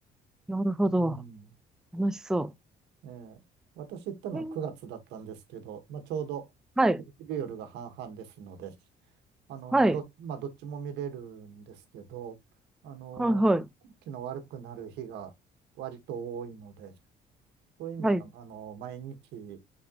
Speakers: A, in the centre; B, on the right.
A: なるほど。
B: うん。
A: 楽しそ
B: ええ、私行ったのは9月だったんですけど、
A: う。へー
B: まあ、ちょうど昼昼夜が半々ですので、
A: はい。
B: あの、
A: はい。
B: ど、まあ、どっちも見れるんですけど、あの、
A: はい、はい。
B: 天気の悪くなる日が割と多いので、そういう意味では、
A: はい。
B: あの、毎日